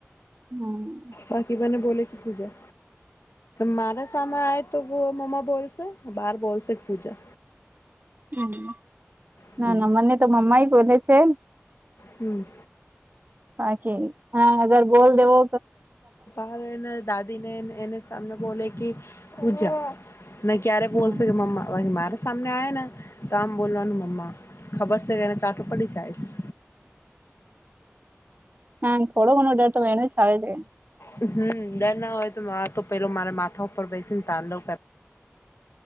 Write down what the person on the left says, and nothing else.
રાકીબાને બોલે કે પૂજા મારા સામે આ તો મ્મા બોલસે બાર બોલસે એક પૂજા
હમ
હમ.
મા એ દાદી ને એને સામને બોલે કે પૂજા ના ક્યારે
બોલશે મ વા મારે સામને આવે ને તો આમ બોલવાનું મમ્મા ખબર છે કે એને ચાટું પડી જાયશ
હમ ડર ના હોય તો તો પેલો મારા માથા ઉપર બેસીને તાંડવ કરે